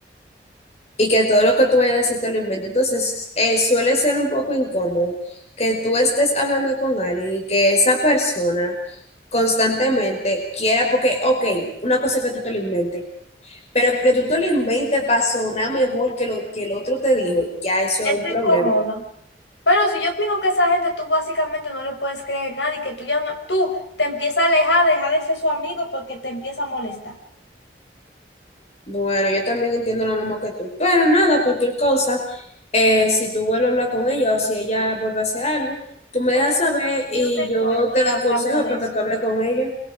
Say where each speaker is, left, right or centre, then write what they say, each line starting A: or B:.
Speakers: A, on the left; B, on the left.
A: Y que todo lo que tú vayas a decir te lo inventes. Entonces, eh, suele ser un poco incómodo que tú estés hablando con alguien y que esa persona constantemente quiera, porque, ok, una cosa es que tú te lo inventes. Pero que tú te lo inventes para sonar mejor que lo que el otro te dijo, ya eso
B: Eso
A: es un problema.
B: incomoda. Pero si yo opino que esa gente tú básicamente no le puedes creer nada y que tú ya no- tú te empiezas a alejar, deja de ser su amigo porque te empieza a molestar.
A: Bueno, yo también entiendo lo mismo que tú, pero nada, cualquier cosa, eh, si tú vuelves a hablar con ella o si ella vuelve a hacer algo, tú me
B: Pues,
A: dejas saber
B: Yo
A: y
B: te
A: yo
B: cuento
A: te doy
B: y hablamos
A: consejo
B: de
A: para
B: eso.
A: que tú hables con ella.